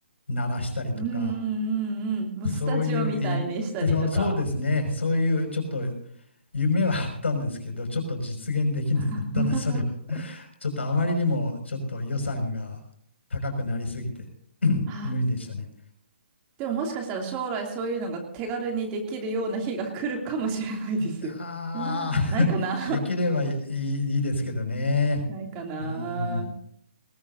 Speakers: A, on the left; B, on the right.
A: 鳴らしたりとか、
B: うんうんうんうん。もうスタジオみたいにしたりとか。
A: そういういそう、そうですね、そういうちょっと夢はあったんですけど、ちょっと実現できなかったな、
B: <laughs>
A: それは。ちょっとあまりにもちょっと予算が高くなりすぎて、<laughs>
B: あ
A: 無理でしたね。
B: でももしかしたら将来そういうのが手軽にできるような日が来るかもしれないですよ。
A: いや
B: <laughs>
A: ー
B: ないかな
A: <laughs> できればいい、いいですけどね。
B: <laughs> ないかな。
A: うん。